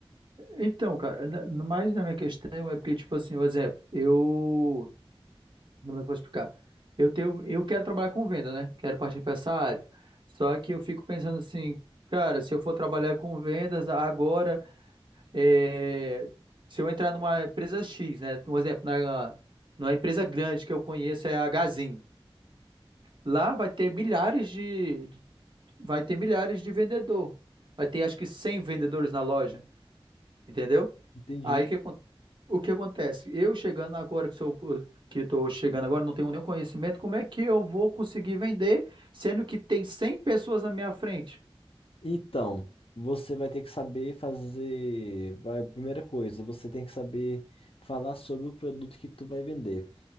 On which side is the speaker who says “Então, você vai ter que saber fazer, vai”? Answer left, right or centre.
Left